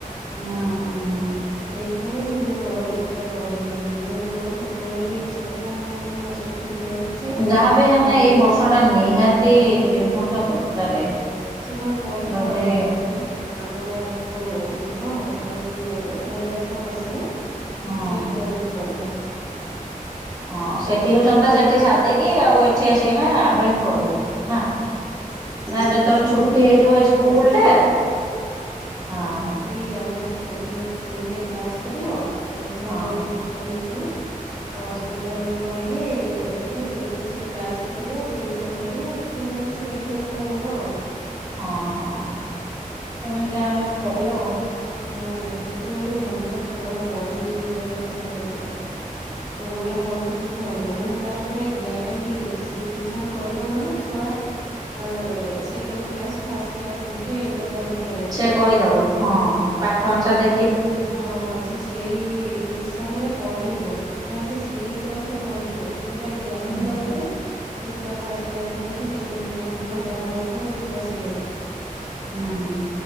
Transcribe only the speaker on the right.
ହୁଁ ହୁଁ।
ଯାହା ବି ହେଲେ
ଏଇ ବର୍ଷ ଟା ନିହାତି ଟିଉସନ ଟା ଦରକାରେ।
ଯଦି
ହଁ
ହଁ ସେ ଟିଉସନ ଟା ସେଠି ସାରଦେଇକି ଆଉ ଏଠି ଆସିକିନା ରହିକି ପଢିବ ନା। ନା
ଯେତେବେଳେ ଛୁଟି ହେଇଯିବ ଏଇ ସ୍କୁଲ
ଟା ହଁ।
ହଁ।
ହଁ
ହଁ, ହଁ ତମେତ ଯାଅନା ଗୋଟେ କବି ହବୁ।
ସେ କହିଦବ ହଁ ପାଠ ଅନୁସାରେ ଦେଖି
ହୁଁ
ହୁଁ।